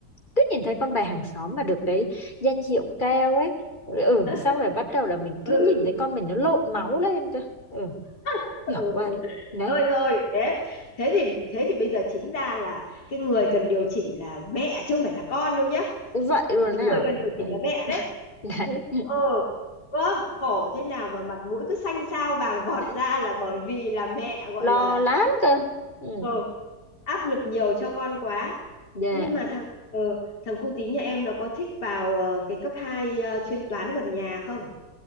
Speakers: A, on the left (about 30°); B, on the left (about 75°).
A: cứ nhìn thấy con bà hàng xóm mà được cái danh hiệu cao ấy ừ
B: <laughs>
A: xong rồi bắt đầu là mình cứ
B: Ừ.
A: nhìn thấy con mình nó lộn máu lên cơ ừ
B: <laughs> ừ,
A: kiểu vậy
B: ừ.
A: đấy
B: thôi thôi thế thế thì thế thì bây giờ chính ra là cái người cần điều chỉnh là mẹ chứ không phải là con đâu nhá
A: vậy luôn
B: cái
A: à
B: người cần điều
A: đấy
B: chỉnh là mẹ đấy
A: <laughs>
B: ờ có khổ thế nào mà mặt mũi cứ xanh xao vàng vọt
A: đấy
B: ra là bởi vì là mẹ gọi
A: lo
B: là
A: lắm cơ ừ
B: ờ áp lực nhiều cho con quá
A: dạ
B: thế nhưng mà thằng ừ, thằng cu tí nhà em nó có thích vào ờ, cái cấp 2 ờ, chuyên toán gần nhà không